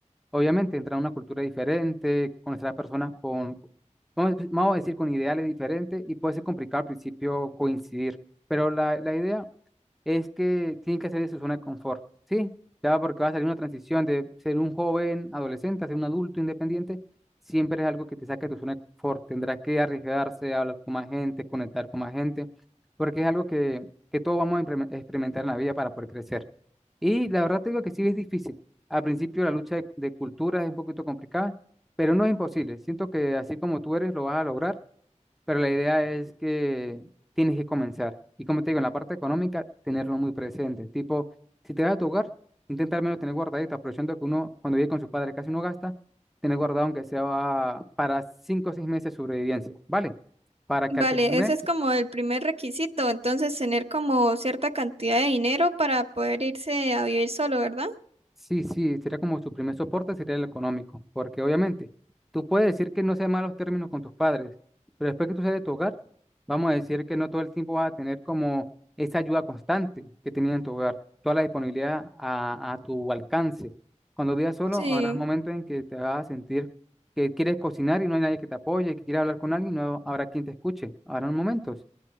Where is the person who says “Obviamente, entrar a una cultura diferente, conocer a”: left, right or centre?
Centre